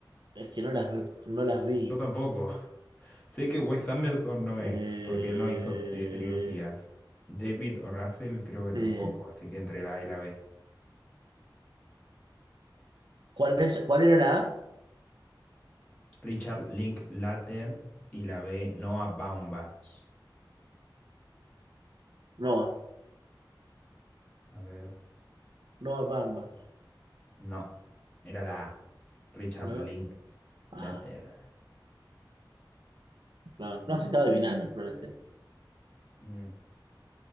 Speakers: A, on the right; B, on the left.
A: Es que no las, vi- no las vi.
B: Yo tampoco. Sé que Wes Anderson no
A: Eh,
B: es, porque él no hizo eh, trilogías. David o Russell creo que
A: eh,
B: tampoco, así que entre la A y la B.
A: ¿cuál es, cuál era la A?
B: Richard Linklater y la B Noah Baumbach.
A: Nova,
B: A ver,
A: Nova Bamba.
B: no, era la A. Richard
A: No,
B: Linklater.
A: ah, no, no se está adivinando, no lo sé.
B: Mm.